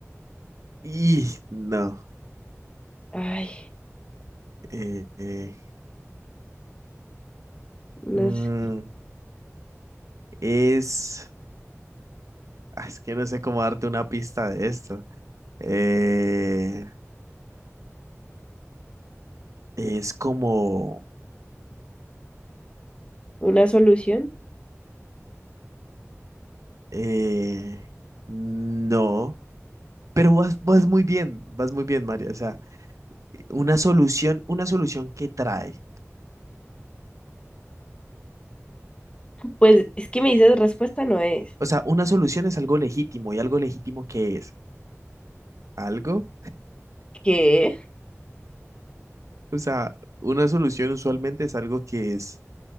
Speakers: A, on the right; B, on the left.
A: Y no.
B: Ay,
A: eh, eh,
B: no
A: mm,
B: sé.
A: es. ah, Es que no sé cómo darte una pista de esto. Eh, es como.
B: ¿Una solución?
A: eh, no. Pero vas, vas muy bien, vas muy bien, Mario. O sea, una solución, una solución que trae.
B: Pues, es que me dices respuesta no es.
A: O sea, una solución es algo legítimo y algo legítimo que es. algo.
B: ¿Qué?
A: O sea, una solución usualmente es algo que es